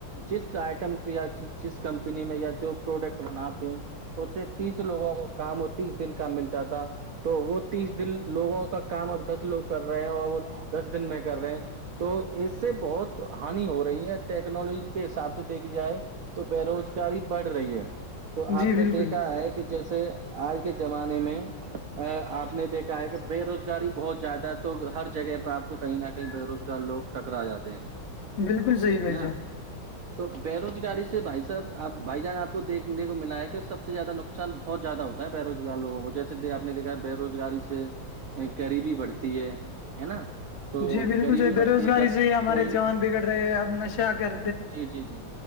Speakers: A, on the right; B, on the left.
A: جس آئٹم یا جس کمپنی میں یا جو پروڈکٹ بناتے ہیں اس سے تیس لوگوں کو کام اور تیس دن کا ملتا تھا تو وہ تیس دن لوگوں کا کام اب دس لوگ کر رہے ہیں
B: موجود
A: اور وہ دس دن میں کر رہے ہیں تو اس سے بہت ہانی ہو رہی ہے ٹیک ٹیکنالوجی کے حساب سے دیکھی جائے تو بے روزگاری بڑھ رہی ہے تو
B: جی
A: آپ نے
B: بالکل
A: دیکھا ہے کہ جیسے آج کے زمانے میں آپ نے دیکھا ہے کہ بے روزگاری بہت زیادہ ہے تو ہر جگہ پہ آپ کو کہیں نہ کہیں بے روزگار لوگ ٹکرا جاتے ہیں
B: بالکل صحیح بھائی
A: نا
B: جے
A: تو بے روزگاری سے بھائی صاحب آب بھائی جان آپ کو دیکنے کو ملا ہے کہ سب سے زیادہ نقص نقصان بہت زیادہ ہوتا ہےے روزگار لووں کو جیسے آپ نے دیکا ہے بے روزگاری سے غریبی بڑھتی ہے ہے نا تو
B: جی بالکل
A: غریبی
B: صحی بے
A: بڑھتی
B: روزگاری
A: ہے جب
B: سے ہی ہمارے
A: کوئی
B: جوان بگڑ رہے ہیں اب نشہ کر
A: جی جی جی